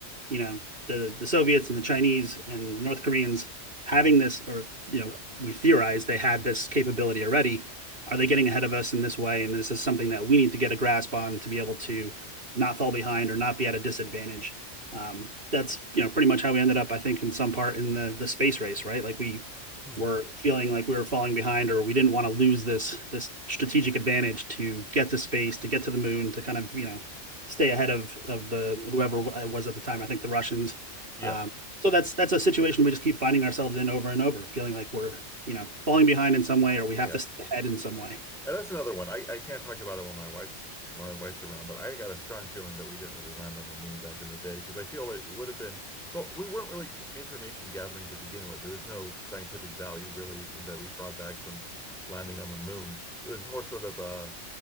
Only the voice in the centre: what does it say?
<clears throat>
yeah,
yeah.
And that's another one. I, I can't talk about it when my wife's my wife's around, but I got a strong feeling that we didn't really land on the moon back in the day because I feel it would have been, though we weren't really g- information gathering to begin with. There was no scientific value really in- that we brought back from landing on the moon. It was more sort of a,